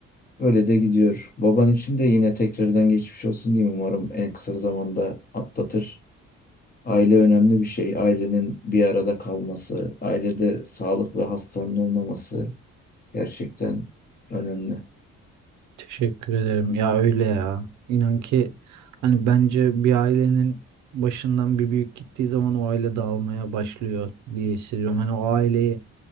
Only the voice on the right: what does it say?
Teşekkür ederim. Ya öyle ya. İnan ki hani bence bir ailenin başından bir büyük gittiği zaman o aile dağılmaya başlıyor diye hissediyorum. Hani o aileyi